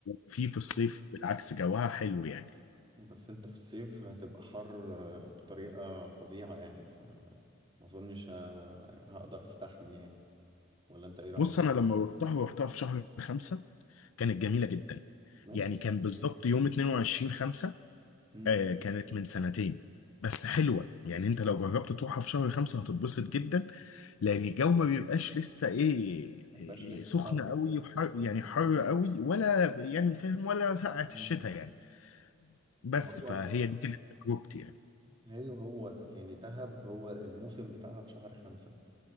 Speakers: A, on the left (about 75°); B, on the right (about 25°).
A: في في الصيف بالعكس جوها حلو يعني
B: بس انت في الصيف هتبقى حر بطريقة فظيعة يعني فما اظنش ه- هقدر استحمل يعني ولا انت ايه رأيك
A: بص انا لما روحتها روحتها في شهر خمسة كانت جميله جدا
B: ماشي
A: يعني كان بالظبط يوم 22 5
B: ما.
A: آه كانت من سنتين بس حلوة يعني انت لو جربت تروحها في شهر خمسة هتتبسط جدا لان الجو ما بيبقاش لسه ايه
B: ما يبقاش لسه
A: آه، سخن
B: حر
A: قوي وحر يعني
B: مم.
A: حر قوي ولا يعني فاهم ولا سقعة
B: مم.
A: الشتاء يعني بس
B: ما
A: فهي
B: هو
A: دي كانت تجربتي يعني
B: هي هو يعني دهب هو الموسم بتاعها في شهر خمسة